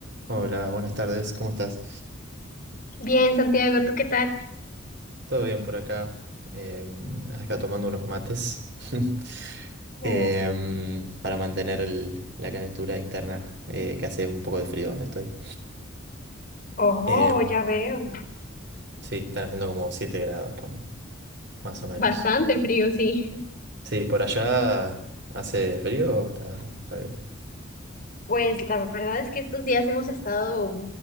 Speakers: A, on the right (about 60°); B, on the left (about 45°).
A: Hola, buenas tardes, ¿cómo estás?
B: Bien, Santiago, ¿tú qué tal?
A: Todo bien por acá, em, acá tomando unos mates <laughs>
B: Oh,
A: em, para mantener el- la calentura interna eh, que hace un poco de frío donde estoy.
B: Oh,
A: Em,
B: ya veo.
A: sí, están haciendo como 7 grados, pon- más o menos.
B: bastante frío, sí.
A: Sí, por allá hace frío o está, está bien.
B: Pues la verdad es que estos días hemos estado,